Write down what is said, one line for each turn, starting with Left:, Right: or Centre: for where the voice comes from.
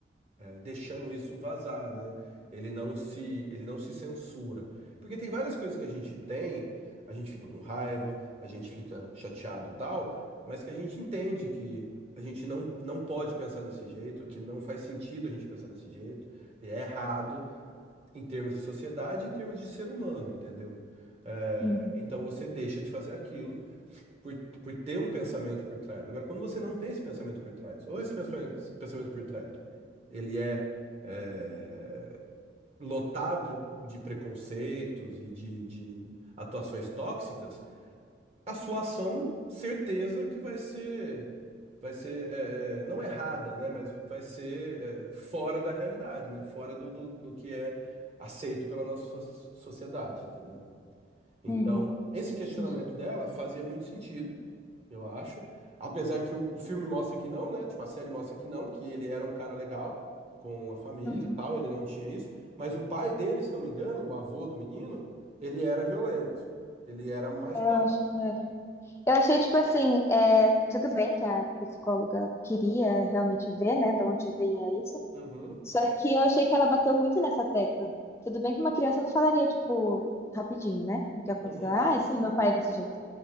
Right: deixando isso vazar, né? Ele não se, ele não se censura. Porque tem várias coisas que a gente tem, a gente fica com raiva, a gente fica chateado, e tal, mas que a gente entende que a gente não, não pode pensar desse jeito, que não faz sentido a gente pensar desse jeito, e é errado em termos de sociedade, em termos de ser humano, entendeu? É,
Left: uhum,
Right: então você deixa de fazer aquilo por, por ter um pensamento por trás. Agora, quando você não tem esse pensamento por trás, ou esse pensamento, esse pensamento por trás, ele é, é, lotado de preconceitos e de, de atuações tóxicas, a sua ação, certeza que vai ser, vai ser é, é, não errada, né? Mas vai ser é, fora da realidade, né? Fora do, do, do que é aceito pela nossa so- sociedade, entendeu? Então,
Left: uhum,
Right: esse questionamento
Left: entendi.
Right: dela fazia muito sentido, eu acho. Apesar que o, o filme mostra que não, né? Tipo, a série mostra que não, que ele era um cara legal com a família,
Left: Uhum.
Right: e tal, ele não tinha isso, mas o pai dele, se não me engano, o avô do menino, ele era violento. Ele era mais
Left: Eu
Right: top.
Left: acho que era. Eu achei, tipo assim, é, tudo bem que a psicóloga queria realmente ver, né, de onde vinha isso.
Right: Uhum,
Left: Só que eu achei que ela bateu muito nessa tecla. Tudo bem que uma criança não falaria, tipo, rapidinho, né? O que aconteceu?
Right: uhum.
Left: Ah, sim, meu pai é desse jeito.